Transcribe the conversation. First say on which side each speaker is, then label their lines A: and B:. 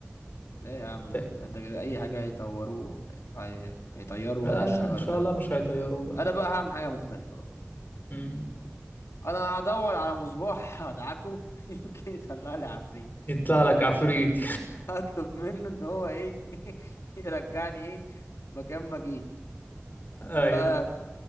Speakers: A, on the left; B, on the left.
A: ده يا عم
B: ف...
A: انت كده اي حاجه هيطوروه هي... هيطيروا
B: لا
A: ورق الشجر
B: لا ان شاء
A: ده
B: الله مش هيطيروه بقى
A: انا بقى هعمل حاجه مختلفه بقى
B: مم.
A: انا هدور على مصباح هدعكه <laughs> يمكن يطلع لي عفريت
B: يطلع لك عفريت
A: هطلب منه ان هو ايه <laughs> يرجعني ايه مكان ما جه ايه
B: <laughs> ايوه
A: رايك